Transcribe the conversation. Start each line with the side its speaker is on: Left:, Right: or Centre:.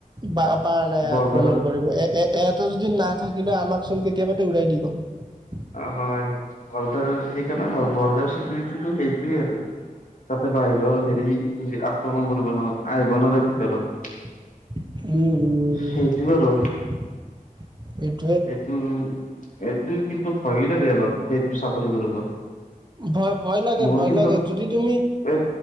Right: বা পাৰ নাই আক্ৰমণ
Left: বৰ্ডাৰ
Right: কৰিব। এ এটা যদি নাথাকিল হয় আমাকচোন কেতিয়া বাতে উলাই দি গল হয়।
Left: হয়, হয় বৰ্দাৰ সেইকাৰণে ভাল বৰ্দাৰ চিকৰিটিো সেইটোৱেই আৰু। তাতে বাহিৰৰ হেৰি আক্ৰমণ কৰিব নোৱাৰে আহিব নোৱাৰে ভিতৰত।
Right: উম', উম
Left: সেইটো আৰু
Right: '।
Left: এইটো এইটো কিন্তু ভয়ো লাগে অলপ। সেইটো চাকৰি কৰিব।
Right: ভয় ভয় লাগে,
Left: মোৰ
Right: ভয়
Left: কিন্তু
Right: লাগে যদি তুমি
Left: এই